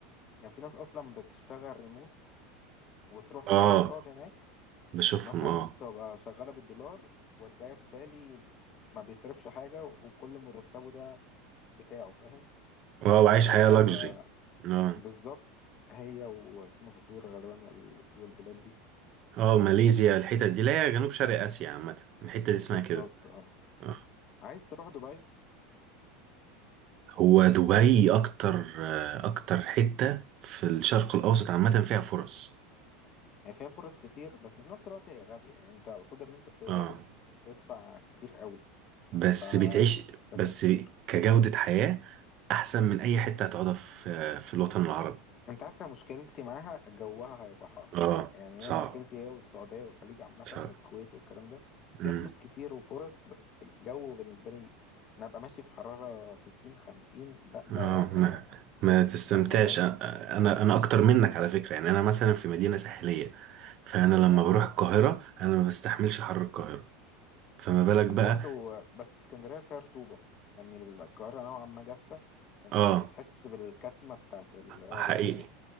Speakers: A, on the left; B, on the right.
A: يعني في ناس أصلا بتشتغل ريموت وتروح
B: اه
A: بالي تقعد هناك
B: بشوفهم
A: مثلا
B: اه
A: تبقى شغالة بالدولار وتلاقي في بالي ما بيصرفش حاجة وكل مرتبه ده بتاعه فاهم
B: اه وعايش
A: فحلوة
B: حياة لاكجري اه
A: بالظبط هي وسنغافورة غالبا وال- والبلاد دي
B: اه ماليزيا الحتة دي لا هي جنوب شرق اسيا عامة الحتة دي اسمها
A: بالظبط
B: كده
A: اه
B: اه
A: عايز تروح دبي
B: هو دبي اكتر آه، اكتر حتة في الشرق الاوسط عامة فيها فرص
A: هي فيها فرص كتير بس في نفس الوقت هي غالية يعني انت قصاد اللي انت بتقبضه
B: اه
A: تدفع كتير قوي يعني
B: بس
A: بتدفع
B: بتعيش
A: سكن
B: بس
A: كتير
B: كجودة حياة احسن من اي حتة هتقعدها في آه، في الوطن العربي
A: انت عارفة مشكلتي معاها جوها هيبقى حر
B: اه
A: يعني
B: صعب
A: هي مشكلتي هي والسعودية والخليج عامة
B: صعب
A: والكويت والكلام ده فيها
B: مم.
A: فلوس كتير وفرص بس الجو بالنسبة لي انا ابقى ماشي في حرارة ستين خمسين لا ده
B: اه
A: حاجة
B: ما ما تستمتعش
A: لا مرعبة
B: أ- انا انا اكتر منك على فكره يعني انا مثلا في مدينه ساحليه فانا لما
A: اه
B: بروح القاهره انا ما بستحملش حر القاهره فما بالك
A: بس
B: بقى
A: انتوا برضو بس اسكندرية فيها رطوبة يعني القاهرة نوعا ما جافة فانت
B: اه
A: مش بتحس بالكتمة بتاعت الرطوبة
B: حقيقي